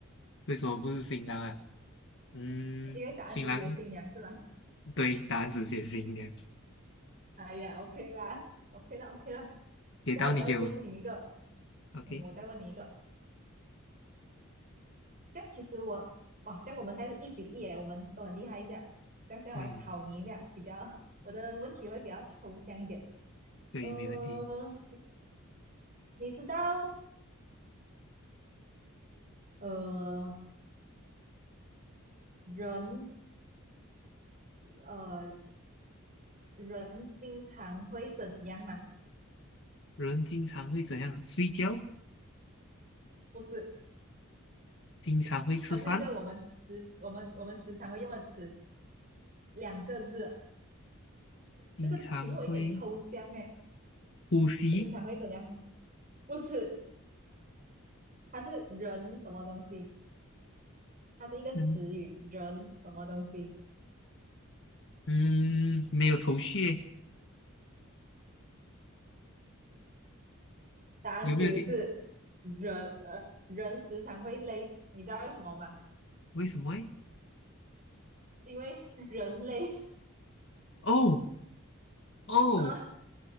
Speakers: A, on the left; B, on the right.
A: 为什么不是新郎啊？嗯，
B: <laughs> 因为答案直接新娘是吧？
A: 新郎，对，答案只写新娘，
B: 哎呀，OK 啦，OK 啦，OK 啦。
A: 给到你给我
B: 这样我再问你一个，
A: ，OK，
B: 嗯，我再问你一个。这样其实我，哇，这样我们现在是一比一诶，我们都很厉害一下。这样现在我来考你一下，
A: 嗯，
B: 比较我的问题会比较抽象一点。
A: 对，
B: 呃，
A: 没问题。
B: 你知道呃人呃人经常会怎样嘛？
A: 人经常会怎样？睡觉，
B: 不是，
A: 经常会吃饭，
B: 它是一个我们时我们我们时常会用的词，两个字。
A: 经常会
B: 这个题目有一点抽象哎，
A: 呼吸，
B: 经常会怎样？不是，它是人什么东西？它是一个词语，
A: 嗯
B: 人什么东西？
A: 嗯，没有头绪耶
B: 答案其实是人呃人时常会累，
A: 有没有点？
B: 你知道为什么吗？
A: 为什么诶？
B: 因为人累
A: 哦哦，
B: <laughs> 啊，